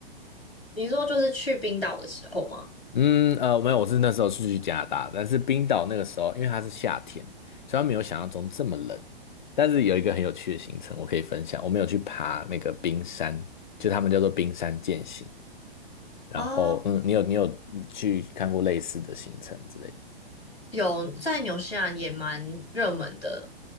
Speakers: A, on the left; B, on the left.
A: 你说就是去冰岛的时候吗？
B: 嗯，呃，没有，我是那时候是去加拿大，但是冰岛那个时候，因为它是夏天，虽然没有想象中这么冷。但是有一个很有趣的行程，我可以分享。我们有去爬那个冰山，就他们叫做冰山践行。然后，
A: 哦
B: 嗯，你有你有去看过类似的行程之类的？
A: 有在纽西兰也蛮热门的，